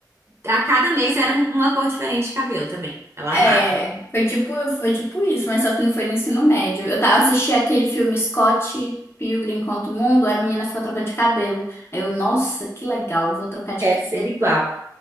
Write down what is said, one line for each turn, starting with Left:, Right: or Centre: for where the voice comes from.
Right: a cada mês era um- uma cor diferente de cabelo também. Ela
Left: É,
Right: amava.
Left: foi tipo, foi tipo isso, mas só que não foi no ensino médio. Eu tava assistindo aquele filme Scott Pilgrim contra o Mundo, a menina ficou trocando de cabelo. Aí eu, nossa, que legal, eu vou trocar de
Right: Quero
Left: cabelo
Right: ser igual.